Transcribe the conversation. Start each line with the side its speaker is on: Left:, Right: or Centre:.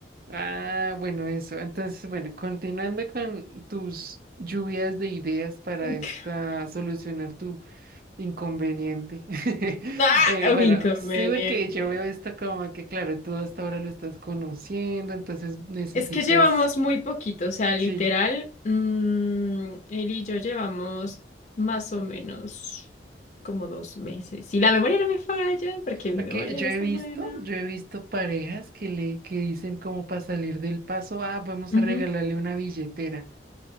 Right: Ah, bueno, eso. Entonces, bueno, continuando con tus lluvias de ideas para
Left: <laughs>
Right: esta solucionar tu inconveniente. <laughs>
Left: ¡Ah!
Right: Eh, bueno,
Left: Un Inconveniente.
Right: sí, porque yo veo esto como que, claro, tú hasta ahora lo estás conociendo, entonces necesitas,
Left: Es que llevamos muy poquito, o sea, literal,
Right: sí.
Left: mm, él y yo llevamos más o menos como dos meses. Y la memoria no me falla, porque mi
Right: Porque
Left: memoria
Right: yo
Left: no
Right: he
Left: es tan
Right: visto,
Left: buena.
Right: yo he visto parejas que le, que dicen como para salir del paso, ah, vamos
Left: Ujú.
Right: a regalarle una billetera.